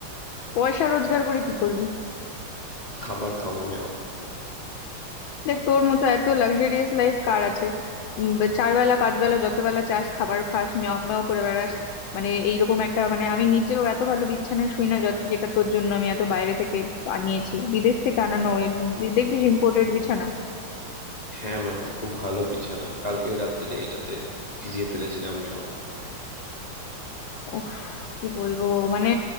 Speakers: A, on the left; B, on the left.
A: পয়সা রোজগার করে কি করবি
B: খাবার খাবো মেও
A: দেখ তোর মতো এত লাক্সারিয়াস লাইফ কার আছে উম, বে- চার বেলা পাঁচ বেলা যত বেলা চাস খাবার খাস মেও মেও করে বেড়াস মানে এইরকম একটা মানে আমি নিজেও এত ভালো বিছানায় শুই না যত- যেটা তোর জন্য আমি এত বাইরে থেকে আনিয়েছি বিদেশ থেকে আনানো এই দে- দেখছিস ইম্পোর্টেড বিছানা
B: হ্যাঁ মেও খুব ভালো বিছানা কালকে রাত্রে এটাতে ভিজিয়ে ফেলেছিলাম মেও
A: উফ কি বলবো মানে